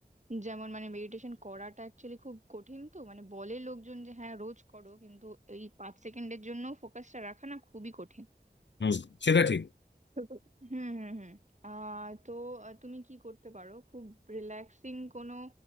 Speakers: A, on the right; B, on the left.
A: যেমন মানে মেডিটেশন করাটা অ্যাকচুয়ালি খুব কঠিন তো মানে বলে লোকজন যে হ্যাঁ রোজ করো কিন্তু এই পাঁচ সেকেন্ডের জন্য ফোকাসটা রাখা না খুবই কঠিন
B: হুম সেটা ঠিক
A: তো তো- হুম হুম হুম আহ তো আহ, তুমি কি করতে পারো খুব রিল্যাক্সিং কোনো